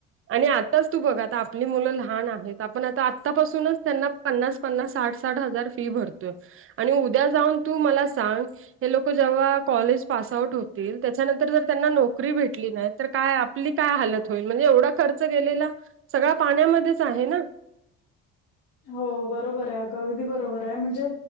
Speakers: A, on the right (about 40°); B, on the left (about 50°).
A: आणि आताच तू बघा आता आपली मुलं लहान आहेत आपण आता आतापासूनच त्यांना पन्नास पन्नास साठ साठ हजार फी भरतोय आणि उद्या जाऊन तू मला सांग हे लोक जेव्हा कॉलेज पास आ होतील त्याच्यानंतर जर त्यांना नोकरी भेटली नाही तर काय आपली काय हालत होईल म्हणजे एवढा खर्च गेलेला सगळा पाण्यामध्येच आहे ना
B: हो बरोबर आहे अगं अगदी बरोबर आहे म्हणजे